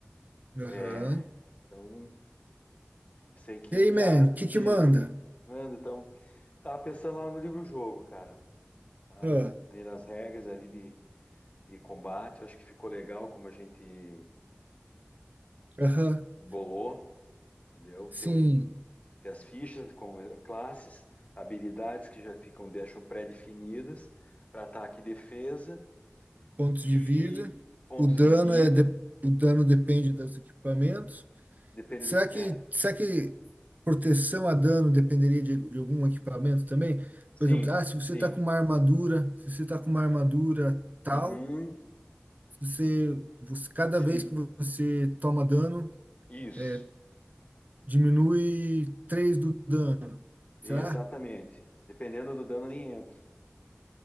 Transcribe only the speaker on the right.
aham.
E aí,
man, o que
que manda?
Ah,
Aham,
Sim,
pontos de
vida.
O dano
é de- o dano depende dos equipamentos.
Será
que,
será que proteção a dano dependeria de, de algum equipamento também?
Por exemplo, ah, se você
tá com uma armadura, se você tá com uma armadura tal,
Você, você, cada
vez que você toma dano,
é, diminui 3 do dano,
será?